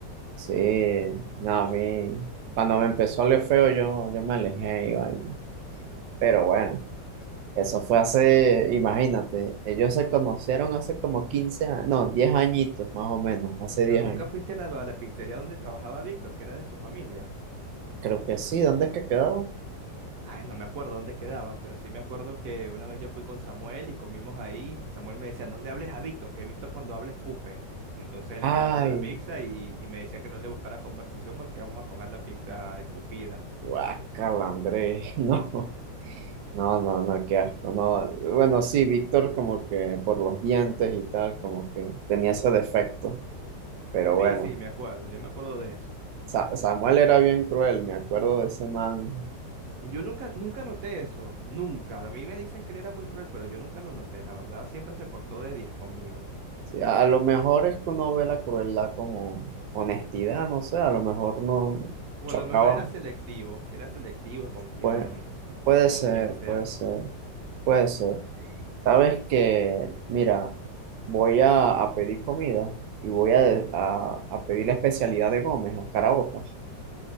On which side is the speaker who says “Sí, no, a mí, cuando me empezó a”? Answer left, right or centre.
Right